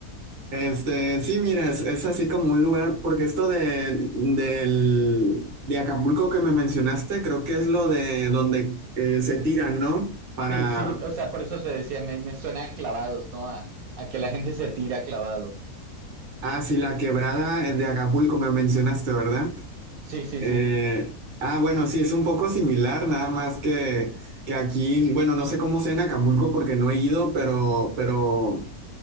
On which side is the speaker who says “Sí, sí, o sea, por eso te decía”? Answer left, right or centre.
Right